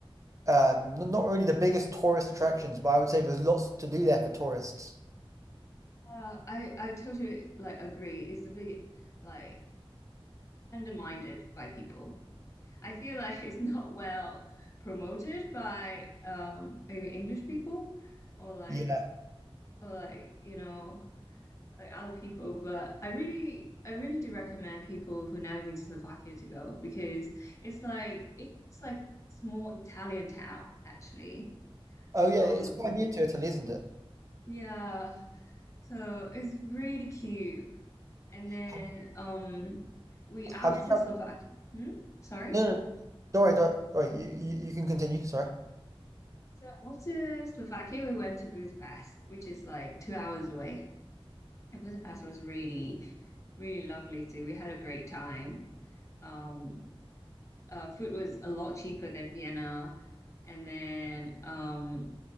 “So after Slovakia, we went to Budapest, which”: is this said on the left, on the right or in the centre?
Left